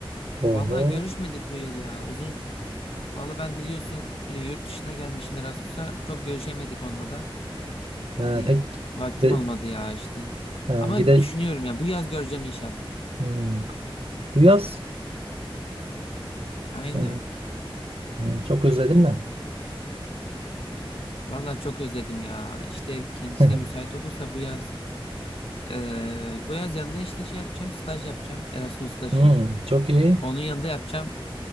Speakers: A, on the right (about 80°); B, on the left (about 80°).
A: Oho.
B: Valla görüşmedik bu yıl ya. Uzun. Valla ben biliyorsun e, yurt dışına gelmişim Erasmus'a. Çok görüşemedik onunla da.
A: Ha,
B: Hani
A: pek
B: vaktim
A: gide,
B: olmadı ya işte.
A: ha,
B: Ama
A: gide-
B: düşünüyorum ya bu yaz göreceğim inşallah.
A: hı, bu yaz.
B: Aynen.
A: Hı, hı, çok özledin mi?
B: Vallahi çok özledim ya. İşte kendisi
A: <laughs>
B: de müsait olursa bu yaz. eee, bu yaz yanında işte şey yapacağım. Staj yapacağım. Erasmus stajı.
A: Hmm, çok iyi.
B: Onun yanında yapacağım.